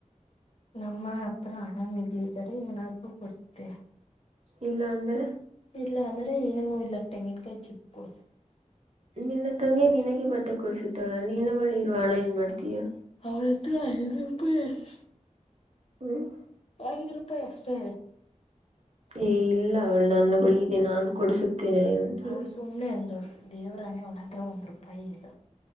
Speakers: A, on the left; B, on the right.
A: ನಮ್ಮ ಹತ್ರ ಹಣ ಮಿಗ್ಲಿದರೆ ಏನಾದರು ಕೊಡಸತೆ.
B: ಇಲ್ಲ ಅಂದರೆ.
A: ಇಲ್ಲ ಅಂದ್ರೆ ಏನು ಇಲ್ಲ ತೆಂಗಿನಕಾಯಿ ಚಿಪ್ಪ ಕೊಡಸತಿನಿ.
B: ನಿನ್ನ ತಂಗಿ ನಿನಗೆ ಬಟ್ಟೆ ಕೊಡಿಸುತ್ತಾಳ ನಿನ್ನ ಬಳಿ ಇರುವ ಹಣ ಏನ್ ಮಾಡ್ತೀಯಾ.
A: ಅವಳತ್ರ ಐದ ರೂಪೇ ಎಷ್ಟ.
B: ಹ್ಮ್.
A: ಐದು ರೂಪಾಯಿ ಅಷ್ಟೇ.
B: ಏ ಇಲ್ಲ ಅವಳು ನನ್ನ ಬಳಿ ಇದೆ ನಾನ ಕೊಡಿಸುತ್ತೇನೆ. ಅಂತಾಳೆ
A: ಅವಳು ಸುಮ್ನೆ ಅಂದಳು ದೇವರಾಣೇ ಅವಳತ್ರ ಒಂದ್ ರೂಪಾಯಿ ಇಲ್ಲ.